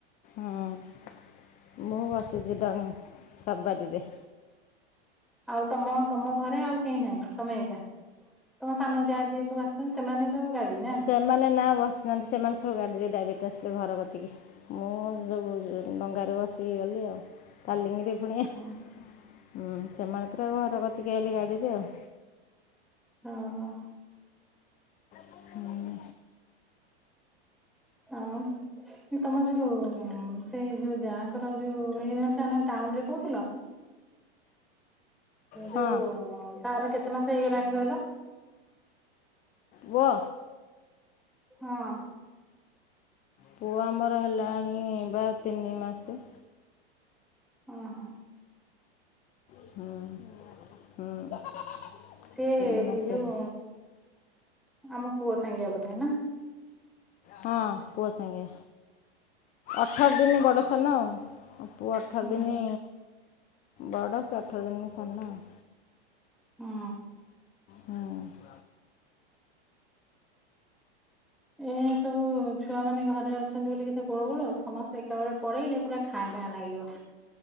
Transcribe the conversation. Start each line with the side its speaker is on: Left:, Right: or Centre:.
Left: ହଁ ମୁଁ ବସିଛି ଡ ସବାରିରେ।
Centre: ଆଉ ତମ ତମ ଘରେ ଆଉ କେହି ନାହିଁ ତମେ ଏକା। ତମ ସାନ ଯାହା ଯିଏ ସବୁ ଆସନ୍ତି ସେମାନେ ସବ ଗାଡି ନା
Left: ସେମାନେ ନା ବସିନାହାନ୍ତି ସେମାନେ ସବୁ ଗାଡିରେ ଡାଇରେକ୍ଟ ଆସିଲେ ଘର କତିକି। ମୁଁ ଯୋଉ ଡଙ୍ଗାରେ ବସିକି ଗଲି ଆଉ, ଫାଲିଙ୍ଗିରେ ଫୁଣିଆ।
Centre: <inaudible>
Left: ହୁଁ ସେମାନେ ପୁରା ଘର କତିକି ଆଲେ ଗାଡ଼ିରେ ଆଉ
Centre: ହଁ।
Left: ହଁ
Centre: ଆଉ ତମ ଯୋଉ ସେଇ ଯୋଉ ଯାଁଙ୍କର ଯୋଉ ହେଇନଥିଲା ନା ଟାଉନରେ କହୁଥିଲ।
Left: ହଁ
Centre: ଯୋଉ ତାର କେତେ ମାସ ହେଇଗଲାଣି କହିଲ?
Left: ପୁଅ।
Centre: ହଁ।
Left: ପୁଅ ଆମର ହେଲାଣି ବା ତିନି ମାସ।
Centre: ହଁ ହଁ
Left: ହୁଁ ହୁଁ
Centre: ସିଏ
Left: ତିନି
Centre: ଏ
Left: ମାସ
Centre: ଯୋଉ
Left: ହେଲା
Centre: ଆମ ପୁଅ ସାଙ୍ଗେ ବୋଧେ ନା?
Left: ହଁ ପୁଅ ସାଙ୍ଗେ ଅଠର ଦିନି ବଡ଼ ସାନ ଆଉ। ପୁଅ ଅଠର
Centre: ହୁଁ
Left: ଦିନି ବଡ଼ ସେ ଅଠର ଦିନି ସାନ ଆଉ।
Centre: ହୁଁ
Left: ହଁ
Centre: ଏଇନା ସବୁ ଛୁଆ ମାନେ ଘରେ ଅଛନ୍ତି ବୋଲି କେତେ ଗୋଳ ଗୋଳ ସମସ୍ତେ ଏକାବେଳେ। ପଳେଇଲେ ପୁରା ଖାଁ ଘାଁ ଲାଗିବ।